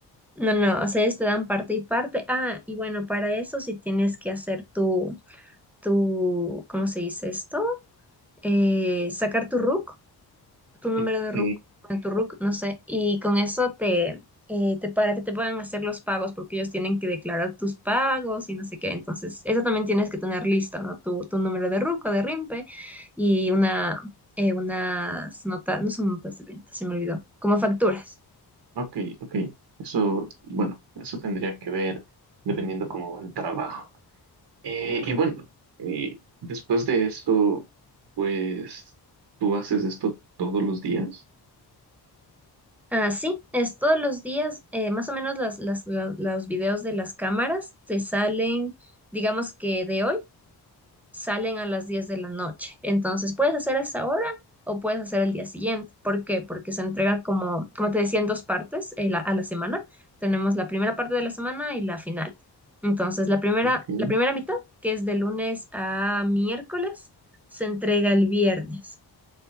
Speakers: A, in the centre; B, on the right.
A: No, no, o sea, ellos te dan parte y parte. Ah, y bueno, para eso sí tienes que hacer tu, tu, ¿cómo se dice esto? Eh, sacar tu RUC tu número
B: Ok,
A: de RUC, bueno, tu RUC, no sé, y con eso te, eh, te para que te puedan hacer los pagos, porque ellos tienen que declarar tus pagos y no sé qué. Entonces, eso también tienes que tener listo, ¿no? Tu, tu número de RUC o de RIMPE y una, eh, unas notas, no son notas de venta, se me olvidó, como facturas.
B: ok, ok. Eso, bueno, eso tendría que ver dependiendo cómo va el trabajo. Eh, y bueno, eh, después de eso, pues, ¿tú haces esto todos los días?
A: Ah, sí, es todos los días, eh, más o menos las, las, la- los videos de las cámaras te salen, digamos que de hoy. salen a las 10 de la noche. Entonces, puedes hacer esa hora o puedes hacer el día siguiente. ¿Por qué? Porque se entrega como, como te decía, en dos partes eh, la- a la semana. Tenemos la primera parte de la semana y la final. Entonces, la primera,
B: Ok,
A: la primera mitad, que es de lunes a miércoles, se entrega el viernes.